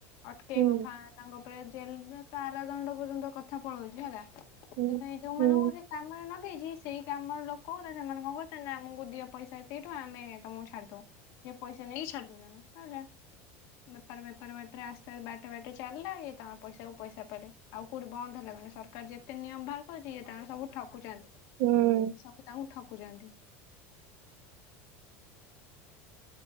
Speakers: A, on the left; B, on the right.
A: ଅଟକେଇବ
B: ହୁଁ
A: ଫା ତାଙ୍କ ଉପରେ ଜେଲ ନା। କାରା ଦଣ୍ଡ ପର୍ଯ୍ୟନ୍ତ କଥା ପଳଉଛି ହେଲା। କିନ୍ତୁ
B: ହୁଁ
A: ଏଇ ଯୋଉମାନଙ୍କୁ
B: ହୁଁ
A: ସେ କାମରେ ନଗେଇଛି ସେଇ ଆମର ଲୋକ ହେରା ସେମାନେ କଣ କରୁଛନ୍ତି ନା ଆମକୁ ଦିଅ ପଇସା ଏତିକି ଟଙ୍କା ଆମେ ତମକୁ ଛାଡି ଦଉ ପଇସା ନେଇକି ଛାଡି ଦଉଛନ୍ତିି ସଇଲା ବେପାର ବେପାର ବାଟରେ ଆସ୍ତେ ଆ ବାଟେ ବାଟେ ଚାଲିଲା ଇଏ ତାଙ୍କ ପଇସାକୁ ପଇସା ପାଇଲେ ଆଉ କୋଉଠି ବନ୍ଦ ହେଲା କ ସରକାର ଯେ ଯେତେ ନିୟମ ବାହାର କରଛି ଇଏ ତାଙ୍କର ସବୁ ଠକୁଛନ୍ତି।
B: ହୁଁ
A: ସବୁ ତାଙ୍କୁ ଠକ। କୁ ଛନ୍ତି।